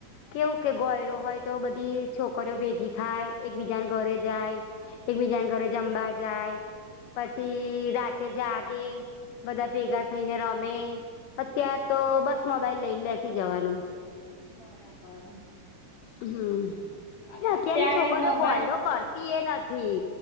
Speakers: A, on the left; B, on the left.
A: કેવું કે ગોયરો હોય તો બધી છોકરીઓ ભેગી થાય એક બીજાને ઘરે જાય એકબીજાને ઘરે જમવા જાય પછી રાતે જાગે બધા ભેગા થઈને રમે અત્યાર તો બસ મોબાઈલ લઈને બેસી જવાનું.
B: બરાબર.
A: હમ્મ
B: અરે
A: અત્યારની
B: અત્યારે
A: છોકરીઓ
B: મોબાઈલ
A: ગોયરો કરતા તીએ નથી